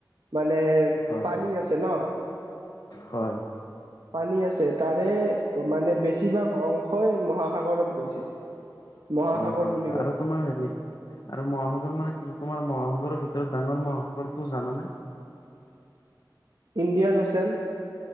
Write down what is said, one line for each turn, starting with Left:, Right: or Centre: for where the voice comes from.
Right: মানে
Left: হয়
Right: পানী আছে ন?
Left: হয়।
Right: পানী আছে, তাৰে মানে বেছিভাগ অংশই মহাসাগৰত গৈছে। মহাসাগৰ
Left: হয় হয়
Right: বুলি কয়
Left: আৰু তোমাৰ হেৰি আৰু মহাসাগৰ মানে কি তোমাৰ মহাসাগৰৰ ভিতৰত ডাঙৰ মহাগৰটো জানানে?
Right: ইণ্ডিয়ানচিয়ান।